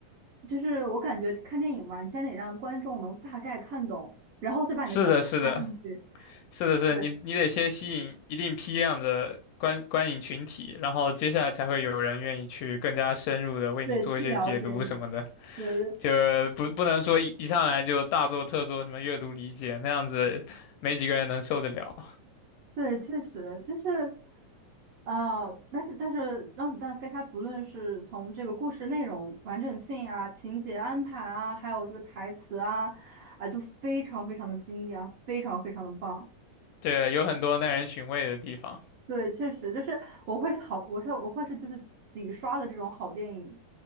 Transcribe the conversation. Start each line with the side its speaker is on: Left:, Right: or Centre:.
Right: 就是我感觉看电影嘛，你先得让观众能大概看懂，然后再把你的想法加进去，
Left: 是的，是的，是的，是的你你得先吸引一定批量的观观影群体，
Right: 对
Left: 然后接下来才会有人愿意去更加深入的为你做一些解读什么的，
Right: 对，去了解你。对，
Left: 就是不不能说一一上来就大做特做什么阅读理解，那样子没几个人能受得了。
Right: 对，确实就是，呃，但是但是《让子弹飞》它不论是从这个故事内容完整性啊、情节安排啊，还有这个台词啊，啊，都非常非常的经典啊，非常非常的棒。
Left: 对，有很多耐人寻味的地方。
Right: 对，确实就是我会是好，我是我会是就是几刷的这种好电影。